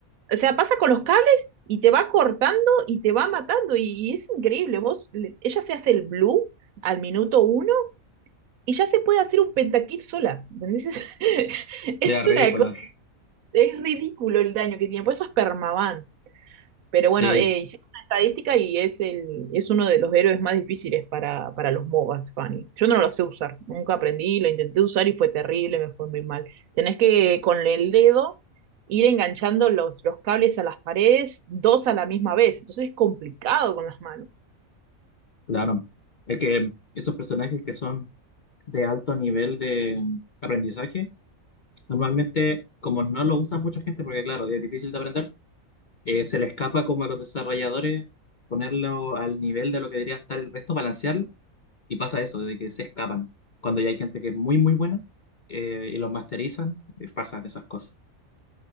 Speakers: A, on the right; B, on the left.
A: O sea, pasa con los cables y te va cortando y te va matando y, y es increíble. Vos, le- ella se hace el blue al minuto uno y ya se puede hacer un pentakill sola. ¿entendés? <laughs> Es
B: ya, ridícula.
A: una cosa, es ridículo el daño que tiene, por eso es permaban. Pero bueno,
B: Sí.
A: eh, hicieron una estadística y es, el, es uno de los héroes más difíciles para, para los MOBAs, Fanny. Yo no lo sé usar, nunca aprendí, lo intenté usar y fue terrible, me fue muy mal. Tenés que con el dedo ir enganchando los, los cables a las paredes, dos a la misma vez, entonces es complicado con las manos.
B: Claro, es que esos personajes que son de alto nivel de aprendizaje, normalmente como no lo usa mucha gente, porque claro, es difícil de aprender, eh, se le escapa como a los desarrolladores ponerlo al nivel de lo que debería estar el resto, balancearlo, y pasa eso, de que se escapan. Cuando ya hay gente que es muy, muy buena eh, y los masterizan, eh, pasan esas cosas.